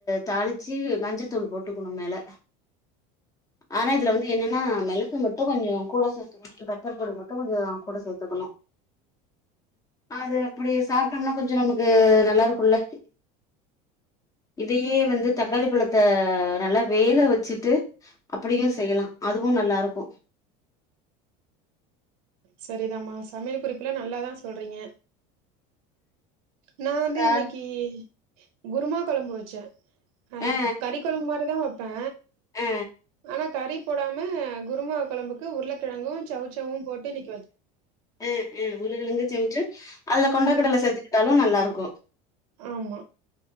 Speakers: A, on the left (about 20°); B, on the right (about 85°).
A: தாளிச்சு மஞ்சத்தூள் போட்டுக்குணு மேல ஆனா இதுல வந்து என்னன்னா மெளகு மட்டு கொஞ்சொ கூட சேத்து பெப்பர் பொடி மட்டு கொஞ்சொ கூட சேத்துக்கணு அது அப்டி சாப்ட்டோனா கொஞ்சொ நமக்கு நல்லா இருக்குல்ல இதயே வந்து தக்காளி பழத்த நல்லா வேக வச்சுட்டு அப்புடியு செய்யலா அதுவு நல்லா இருக்கு
B: செரிதாமா சமையல் குறிப்புலா நல்லாதா சொல்றீங்க நா வந்து
A: ஆ
B: இன்னக்கி குருமா கொழம்பு வச்சே அது
A: ஆ
B: கறி கொழம்பு மாரிதா வப்பே
A: ஆ
B: ஆனா கறி போடாம குருமா கொழம்புக்கு உருளக்கெழங்கு சௌ சௌவு போட்டு இன்னக்
A: அ அ உருளக்கெழங்கு சௌ சௌ அதுல கொண்டக்கடல
B: ம்
A: சேத்துக்கிட்டாலு நல்லா இருக்கு
B: ஆமா